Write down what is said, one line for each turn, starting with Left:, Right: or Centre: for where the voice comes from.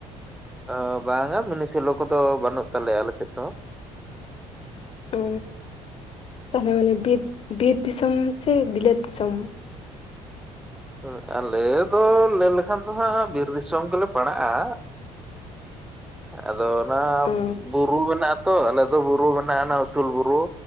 Centre: ᱚᱻ ᱵᱟᱝ-ᱟ ᱢᱤᱱᱤ ᱥᱮᱞᱚ ᱠᱚᱫᱚ ᱵᱟᱹᱱᱩᱜ ᱛᱟᱞᱮᱭᱟ ᱟᱞᱮ ᱥᱮᱫ ᱫᱚ ᱾
Left: ᱚᱻ ᱛᱟᱦᱚᱞᱮ ᱢᱟᱱᱮ ᱵᱤᱨ ᱵᱤᱨ ᱫᱤᱥᱚᱢ ᱥᱮ ᱵᱤᱞᱟᱹᱛ ᱫᱤᱥᱚᱢ?
Centre: ᱦᱮ ᱟᱞᱮᱻ ᱫᱚ ᱞᱟᱹᱭ ᱞᱮᱠᱷᱟᱱ ᱫᱚ ᱦᱟᱸᱜ ᱵᱤᱨ ᱫᱤᱥᱚᱢ ᱜᱮᱞᱮ ᱯᱟᱲᱟᱜᱼᱟ ᱾ ᱟᱫᱚ ᱚᱱᱟ
Left: ᱚ
Centre: ᱵᱩᱨᱩ ᱢᱮᱱᱟᱜᱼᱟ ᱛᱚ ᱟᱞᱮ ᱫᱚ ᱵᱩᱨᱩ ᱢᱮᱱᱟᱜᱼᱟ ᱚᱱᱟ ᱩᱥᱩᱞ ᱵᱩᱨᱩ